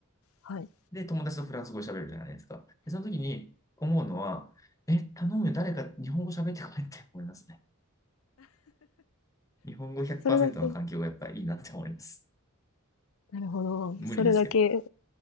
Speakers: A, on the left; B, on the left.
A: はい。
B: で、友達とフランス語で喋るじゃないですか。で、その時に思うのは、え、頼むよ、誰か日本語喋ってこいって思いますね。日本語100%
A: それだけ、
B: の環境がやっぱりいいなって思います。
A: なるほど。
B: 無理ですけどね。
A: それだけ、